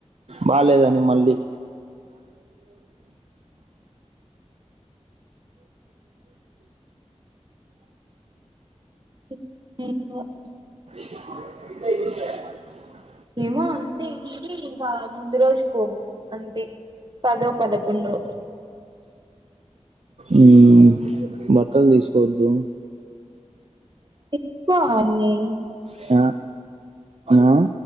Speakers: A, on the right; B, on the right.
A: బాలేదని మళ్ళీ
B: <unintelligible>
A: <inaudible>
B: ఏమో అంతే ఇ ఇంకా ముందు రోజు పో అంతే పదో పదకొండో
A: ఉమ్ బట్టలు తీసుకోవద్దు
B: ఎక్కువ అన్ని
A: ష ఆ